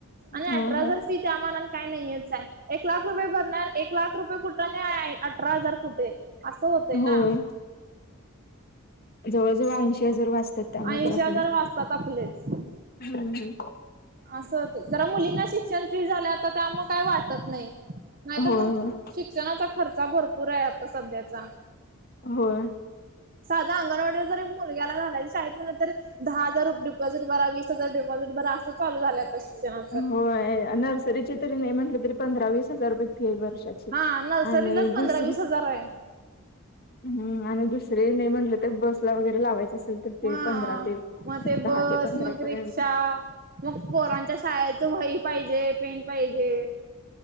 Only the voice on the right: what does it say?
आणि अठरा
हजार
फी त्या मानान काय नाहीच आहे एक लाख रुपये भरणार एक लाख रुपये कुठ नाही अठरा हजार कुठे असं होतंय
ना
ऐंशी
हजार वाचतात आपलेच
असं होत जरा मुलींना शिक्षण फ्री झालं आता त्यामुळे काही वाटत नाही नाहीतर
मग
शिक्षणाचा खर्चा भरपूर आहे आता सध्याचा
साधा अंगणवाडीला जरी मुलग्याला घालायच शाळेत म्हण तरी दहा हजार रुपये डापॉझिट भरा विस हजार डिॉझिट बरा असं चालू झाल्यात अच्छा <unintelligible>
हा नर्सरीलाच
पंधरा
वीस हजार आहे
हा
मग ते
बस
मग
रिक्षा मग पोरांच्या शाळेच वई पाहिजे पेन पाहिजे